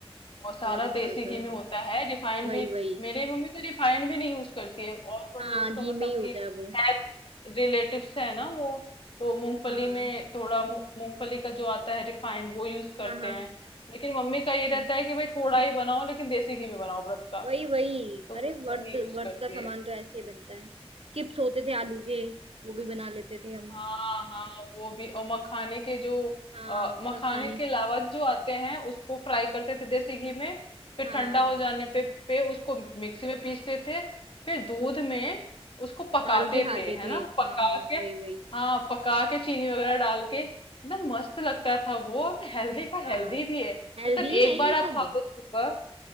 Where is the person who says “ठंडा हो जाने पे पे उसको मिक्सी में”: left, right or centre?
Left